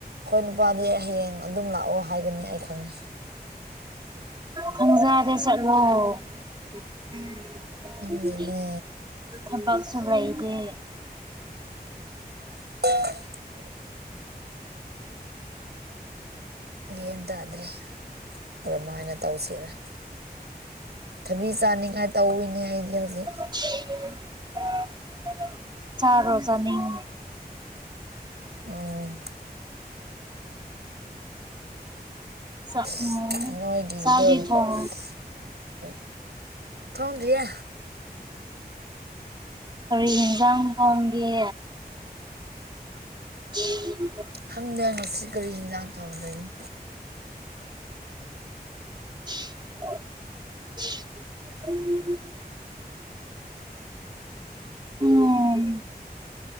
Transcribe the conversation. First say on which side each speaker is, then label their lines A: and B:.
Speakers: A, on the right; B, on the right.
A: ꯈꯣꯏ ꯅꯨ ꯄꯥꯗꯤ ꯍꯌꯦꯡ ꯑꯗꯨꯝ ꯂꯥꯛꯑꯣ ꯍꯥꯏꯒꯅꯤ ꯑꯩ ꯈꯪꯉꯦ
B: ꯊꯪꯖꯥꯗꯤ ꯆꯠꯂꯣ <unintelligible> <unintelligible>
A: ꯈꯪꯗꯦꯅꯦ
B: ꯊꯕꯛꯁꯨ ꯂꯩꯇꯦ
A: <unintelligible> ꯌꯦꯟ ꯇꯥꯗ꯭ꯔꯦ ꯀꯃꯥꯏꯅ ꯇꯧꯁꯤꯔꯥ ꯊꯕꯤ ꯆꯥꯅꯤꯡꯉꯥꯏ ꯇꯧꯋꯤꯅꯦ ꯑꯩꯗꯤ ꯍꯧꯖꯤꯛ
B: <unintelligible> ꯆꯥꯔꯣ ꯆꯥꯅꯤꯡ
A: ꯎꯝ
B: ꯆꯥꯛ
A: <unintelligible>
B: ꯎꯝ
A: ꯅꯣꯏꯒꯤꯗꯣ
B: ꯆꯥꯛꯗꯤ ꯊꯣꯡ
A: <unintelligible> <unintelligible> ꯈꯪꯗ꯭ꯔꯤꯌꯦ
B: <unintelligible> ꯀꯔꯤ ꯌꯦꯟꯖꯥꯡ ꯊꯣꯡꯒꯦ <unintelligible>
A: ꯈꯪꯗꯦ ꯉꯣꯁꯤ ꯀꯔꯤ ꯌꯦꯟꯖꯥꯡ ꯊꯣꯡꯗꯣꯏꯅꯣ
B: <unintelligible> ꯎꯝ